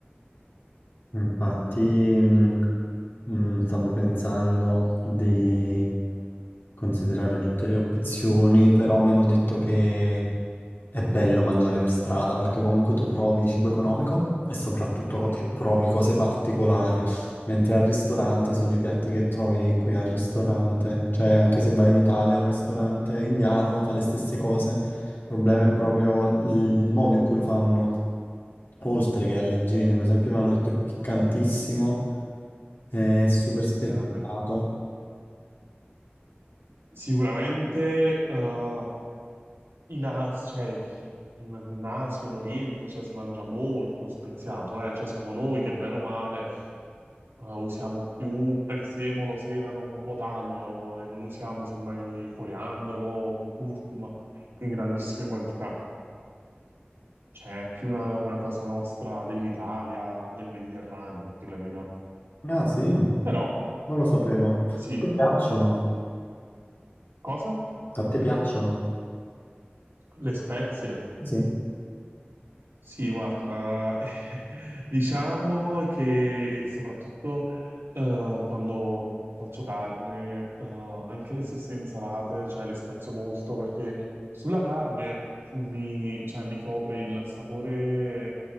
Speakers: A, on the left; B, on the right.
A: Infatti, mh, mh, stavo pensando di considerare tutte le opzioni, però mi hanno detto che è bello mangiare per strada perché comunque tu provi cibo economico e soprattutto cotro- provi cose particolari, mentre al ristorante sono i piatti che trovi qui al ristorante. Cioè, anche se vai in Italia a un ristorante indiano fa le stesse cose. Il problema è proprio il modo in cui lo fanno, oltre che all'igiene. Per esempio, mi hanno detto è piccantissimo. È super spettato.
B: Eh, vabbè. Sicuramente eh, in As- cioè, in in Asia, in Oriente, cioè, si mangia molto speziato, eh. Cioè, siamo noi che bene o male eh, usiamo più prezzemolo, sedano, un po' d'aglio e non usiamo semmai coriandolo, mo- curcuma in grandissime quantità. Cioè, è più una, una cosa nostra dell'Italia, del Mediterraneo, a dire la verità.
A: Ah, sì, non
B: Però,
A: lo sapevo.
B: sì,
A: A te piacciono?
B: cosa?
A: A te piacciono?
B: Le spezie.
A: Sì.
B: Sì, guarda, <laughs> diciamo che soprattutto eh, quando faccio carne, eh, anche le stesse insalate, cioè le spezio molto perché sulla carne mi, cioè, mi copre il sapore